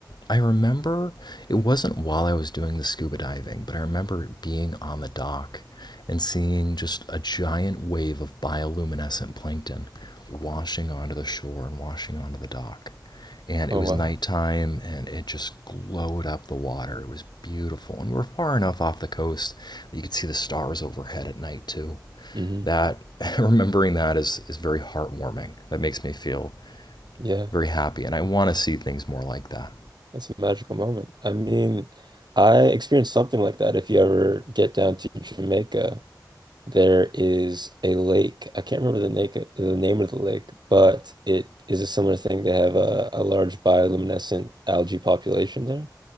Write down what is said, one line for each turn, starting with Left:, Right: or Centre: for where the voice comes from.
Left: I remember it wasn't while I was doing the scuba diving, but I remember being on the dock and seeing just a giant wave of bioluminescent plankton washing onto the shore and washing onto the dock. And it
Right: Oh,
Left: was
Right: wow.
Left: nighttime and it just glowed up the water. It was beautiful. And we were far enough off the coast that you could see the stars overhead at night, too.
Right: hmm
Left: That, <laughs> remembering that is, is very heartwarming. That makes me feel
Right: Yeah,
Left: very happy. And I want to see things more like that.
Right: that's a magical moment. I mean, I experienced something like that if you ever get down to Jamaica. There is a lake. I can't remember the name the name of the lake, but it is a similar thing. They have a, a large bioluminescent algae population there.